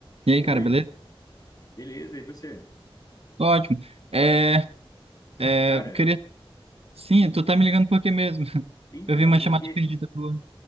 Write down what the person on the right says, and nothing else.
E aí,
cara, beleza?
Tô ótimo. É, é,
eu queria. Sim,
tu tá me ligando por quê mesmo? <laughs>
Eu vi uma
chamada perdida tua.